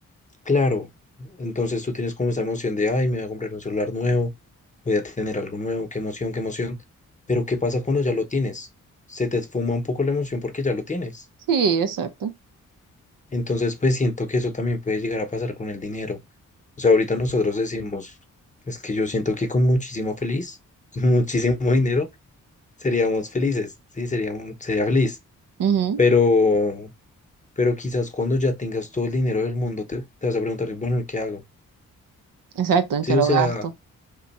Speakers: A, on the left; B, on the right.
A: Claro, entonces tú tienes como esa emoción de, ay, me voy a comprar un celular nuevo, voy a tener algo nuevo, qué emoción, qué emoción. Pero ¿qué pasa cuando ya lo tienes? Se te esfuma un poco la emoción porque ya lo tienes.
B: Sí, exacto.
A: Entonces, pues siento que eso también puede llegar a pasar con el dinero. O sea, ahorita nosotros decimos, es que yo siento que con muchísimo feliz, <laughs> muchísimo dinero, seríamos felices, sí, sería, un- sería feliz.
B: Ujú,
A: Pero, pero quizás cuando ya tengas todo el dinero del mundo, te, te vas a preguntar, bueno, ¿y ¿qué hago?
B: Exacto, en
A: Sí,
B: que lo
A: o sea,
B: gasto.